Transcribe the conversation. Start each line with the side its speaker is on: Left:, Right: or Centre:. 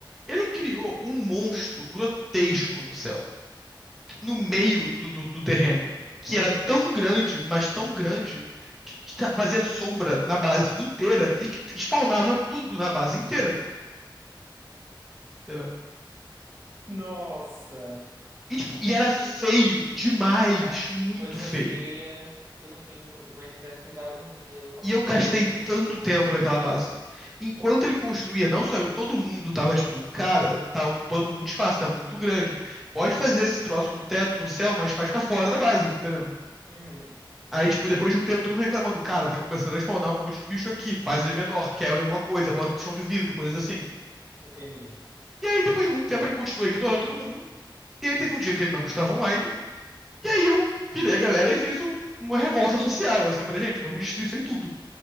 Centre: Ele criou um monstro grotesco no céu, no meio do, do, do terreno, que
Right: uhum.
Centre: era tão grande, mas tão grande, que t- fazia sombra na base inteira e que spawnava tudo na base inteira. entendeu?
Right: Nossa.
Centre: E, tipo, e era
Right: E
Centre: feio demais,
Right: Cara,
Centre: muito
Right: coisa
Centre: feio.
Right: feia. Coisa feia em em Minecraft me dá agonia. Eu não consigo,
Centre: E eu gastei
Right: não. Eu, eu destruo.
Centre: tanto tempo naquela base. Enquanto ele construía, não só eu, todo mundo tava tipo, cara, tá ocupando muito espaço, tá muito grande. Pode fazer esse troço no teto, no céu, mas faz pra fora da base, entendeu?
Right: Uhum,
Centre: Aí, tipo, depois de um tempo, todo mundo reclamando, cara, tá começando a spawnar um monte de bicho aqui, faz ele menor, quebra alguma coisa, bota chão de vidro, coisas assim.
Right: entendi.
Centre: E aí, depois de muito tempo, ele continuou ignorando todo mundo. E aí teve um dia que ele não estava online, E aí eu virei a galera e fiz um- uma revolta social, assim. Eu falei, gente, vamos destruir isso aí tudo.